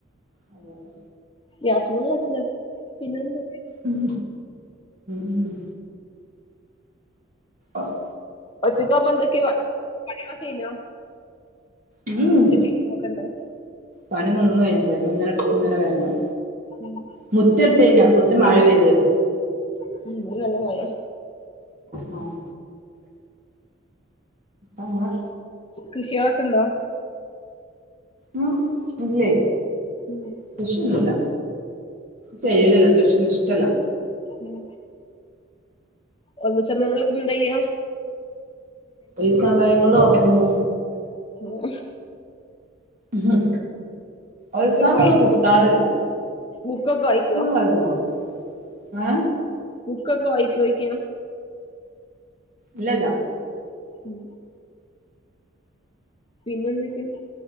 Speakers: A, on the right; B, on the left.
A: അതന്നെ
B: ഗ്യാസ്മന്ന് വച്ച് ഇണ്ടാക്കും പിന്നെ എന്താ
A: ഉം ഉം ആഹ്
B: ഒറ്റക്കാവുമ്പം എന്തൊക്കെയോ പണിയളൊക്കെ കഴിഞ്ഞോ
A: ഉം
B: ഉച്ചക്കുള്ള ഒക്കെണ്ട്
A: പണി ഇനോന്നും കഴിഞ്ഞില്ല ഇങ്ങനെ ഇങ്ങനെ വെരണം
B: ഉം
A: മുത്തടിച്ച് കയിഞ്ഞ് അപ്പോത്തിന് മഴ പെയ്ത്
B: ഉം ഇവടെ നല്ല മഴയാ
A: ആഹ് ആഹ് ആഹ്
B: കൃഷിയോക്കെ ഇണ്ടോ
A: ഉം ഇല്ലേ
B: ഉം
A: കൃഷി ഒന്നുല്ല ചെയ്യലില്ല കൃഷി ഒന്നും ഇഷ്ടല്ല
B: ഉം ഒയ്വ് സമയങ്ങളൊക്കെ എന്തയ്യാ
A: ഈ സമയങ്ങള് ഒറങ്ങൂ
B: <unintelligible>
A: ഇഹ് ഒരു
B: ബുക്കൊക്കെ
A: <unintelligible>
B: വായിക്കോ
A: കിട്ടാറില്ല
B: ബുക്കൊക്കെ വായിക്കോ
A: <unintelligible> ഏ
B: ബുക്കൊക്കെ വായിക്കോഴിക്ക?
A: ഇല്ലല്ല
B: ഉം പിന്നെ എന്തൊക്കെയ